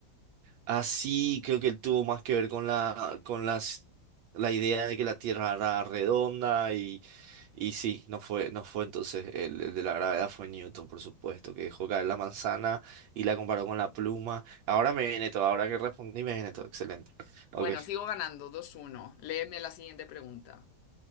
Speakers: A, on the right (about 75°); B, on the left (about 70°).
A: Así creo que él tuvo más que ver con la, con las, la idea de que la Tierra era redonda y Y sí, no fue, no fue entonces el, el de la gravedad fue Newton, por supuesto, que dejó caer la manzana y la comparó con la pluma. Ahora me viene todo, ahora que respondí me viene todo, excelente. Ok,
B: Bueno, sigo ganando, dos uno. Léeme la siguiente pregunta.